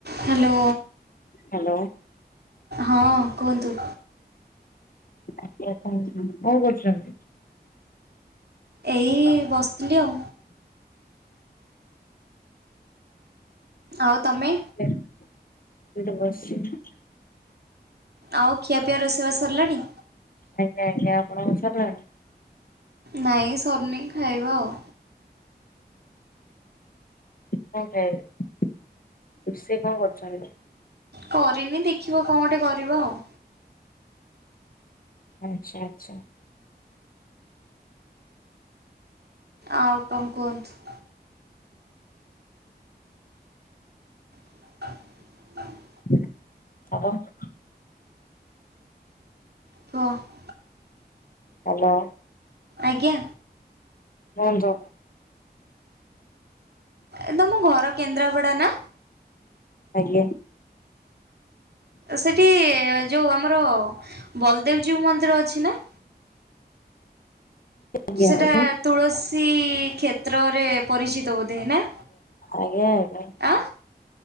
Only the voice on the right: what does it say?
hello
ହଁ କୁହନ୍ତୁ।
ଏଇ ବସଥିଲି ଆଉ। ଆଉ ତମେ।
ଆଉ ଖିଆପିଆ ରୋଷେଇ ବା ସରିଲାଣି।
ନାଇଁ ସର୍ନି ଖାଇବା ଆଉ।
କରିନି ଦେଖିବ କଣ ଗଟେ କରିବା ଆଉ?
ଆଉ କଣ କୁହନ୍ତୁ? <inaudible>
<unintelligible>
ଆଜ୍ଞା।
ଏ ତମ ଘର କେନ୍ଦ୍ରାପଡା ନା।
ସେଠି ଯୋଉ ଆମର ବଲଦେବଜୀଉ ମନ୍ଦିର ଅଛି ନା?
ସେଟା
ତୁଳସୀ କ୍ଷେତ୍ରରେ ପରିଚିତ ବୋଧେ ନା?
ଆଁ